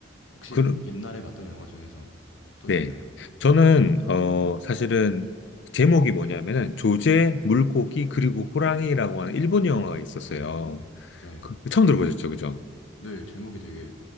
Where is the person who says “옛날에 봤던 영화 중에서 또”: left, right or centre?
Left